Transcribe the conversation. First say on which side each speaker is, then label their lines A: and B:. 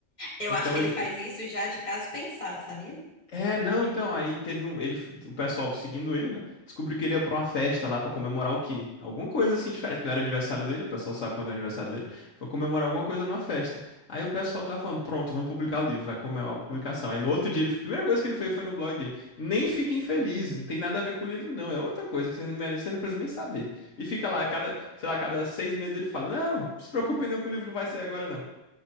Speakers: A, on the left; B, on the left.
A: Eu
B: Então,
A: acho que
B: ele,
A: ele faz isso já de caso pensado, sabia?
B: É, não, então, aí teve um, ele, o pessoal seguindo ele, né? Descobriu que ele ia pra uma festa lá pra comemorar o quê? Alguma coisa assim diferente. Não era aniversário dele, o pessoal sabe quando é aniversário dele. Foi comemorar alguma coisa numa festa. Aí o pessoal tá falando, pronto, vamos publicar o livro, vai comemorar a publicação. Aí no outro dia, ele, a primeira coisa que ele fez foi no blog dele. Nem fiquem felizes, não tem nada a ver com o livro, não. É outra coisa que você não, merece- você não precisa nem saber. E fica lá, a cada, sei lá, a cada seis meses ele fala: Não, se preocupem não que o livro não vai sair agora, não.